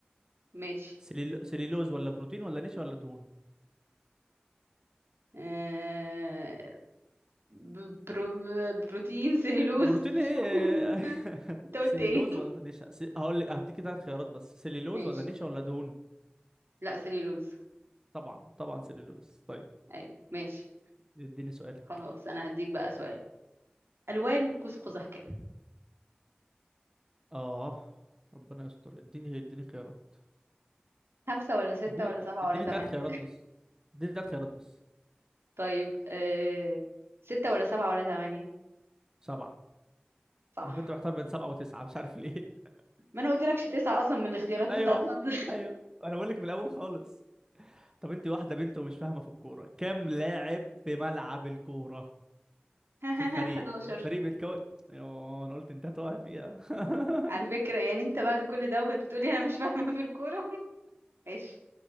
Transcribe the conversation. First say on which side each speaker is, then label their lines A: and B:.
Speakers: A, on the right; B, on the right.
A: ماشي
B: سليلو... سليلوز ولا بروتين ولا نشا ولا دهون
A: آه... ب- برو... ب- بروتين سليلوز
B: بروتين ايه
A: <laughs>
B: <laughs>
A: انت قلت
B: سليلوز
A: ايه
B: ولا نشا س... هقول لك هديكي ثلاث خيارات بس سليلوز
A: ماشي
B: ولا نشا ولا دهون
A: لا سليلوز
B: طبعا طبعا سليلوز طيب
A: ايوه ماشي
B: اديني سؤالك
A: خلاص انا هديك بقى سؤال الوان قوس قزح كام
B: اه ربنا يستر اديني اديني خيارات
A: خمسة ولا ستة
B: اديني
A: ولا سبعة
B: اديني
A: ولا تمانية
B: ثلاث خيارات بس اديني ثلاث خيارات بس
A: طيب آه... ستة ولا سبعة ولا تمانية
B: سبعة
A: صح
B: انا كنت محتار بين سبعة وتسعة مش عارف ليه <laughs>
A: ما انا قلت لكش تسعة اصلا من الاختيارات
B: ايوه
A: انت هتهزر
B: ايوه انا بقول لك من الاول خالص طب انت واحدة بنت ومش فاهمة في الكورة كام لاعب في ملعب الكورة
A: <laughs>
B: في الفريق
A: 11
B: الفريق بيتكون يوه، انا قلت انت هتقع فيها <laughs>
A: على فكرة يعني انت بعد كل دوت بتقولي انا مش فاهمة في الكورة <laughs> ماشي